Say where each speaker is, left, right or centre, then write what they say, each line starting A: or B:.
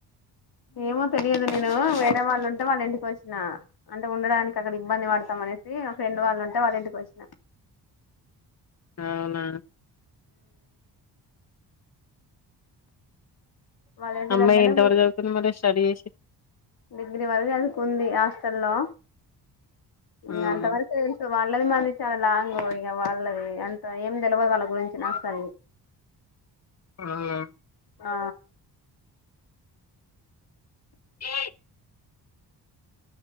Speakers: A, on the left; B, on the left.
A: ఏమో తెలియదు నేను వేరే వాళ్ళు ఉంటే వాళ్ళ ఇంటికి వచ్చిన అంటే ఉండడానికి అక్కడ ఇబ్బంది పడతాం అనేసి ఫ్రెండ్ వాళ్ళు ఉంటే వాళ్ళ ఇంటికి వచ్చినా
B: అవునా
A: వాళ్ళ ఇంటి
B: అమ్మాయి
A: దగ్గరనే
B: ఎంత
A: కూర్చు
B: వరకు చదువుకుంది మరి స్టడీ చేసి
A: డిగ్రీ వరకు చదువుకుంది హాస్టల్లో ఇంగ
B: ఉహు
A: అంత వరకు చదివించి వాళ్ళ వాళ్ళది మరి చాలా లాంగ్ ఇగ వాళ్ళది అంత ఏమి తెలివదు వాళ్ళ గురించి నాకు సరిగా
B: అవునా
A: ఆ
B: హేయి